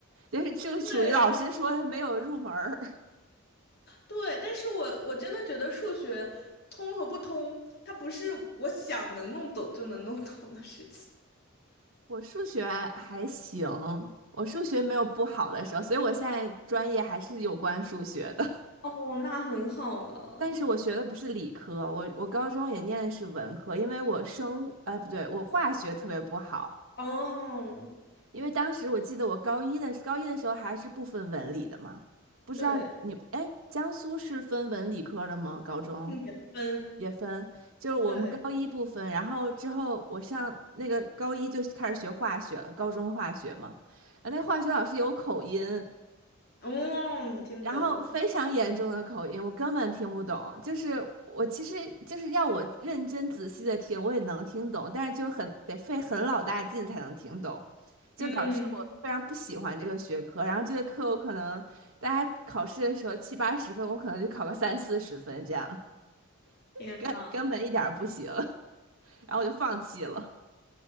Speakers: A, on the right; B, on the left.
A: 就是就属于老师说的没有入门儿。
B: 对，对，但是我我真的觉得数学通和不通，它不是我想能弄懂就能弄懂的事情。
A: 我数学还行，我数学没有不好的时候，所以我现在专业还是有关数学的。<laughs>
B: 哦，那很好了。
A: 但是我学的不是理科，我我高中也念的是文科，因为我生物，哎，不对，我化学特别不好，
B: 哦，
A: 因为当时我记得我高一的高一的时候还是不分文理的嘛，不知道你，
B: 对，
A: 哎，江苏是分文理科的吗？高中
B: 并且分，
A: 也分，就是我们高一不分，
B: 对，
A: 然后之后我上那个高一就开始学化学了，高中化学嘛，然后那化学老师有口音，
B: 哦，听不懂，
A: 然后非常严重的口音，我根本听不懂。就是我其实就是要我认真仔细的听，我也能听懂，但是就很得费很老大劲才能听懂，就导致我非常不喜欢这个学科。
B: 嗯，
A: 然后这个课我可能大家考试的时候七八十分，我可能就考个三四十分这样，
B: 天呐，
A: 根根本一点儿不行。<laughs> 然后我就放弃了。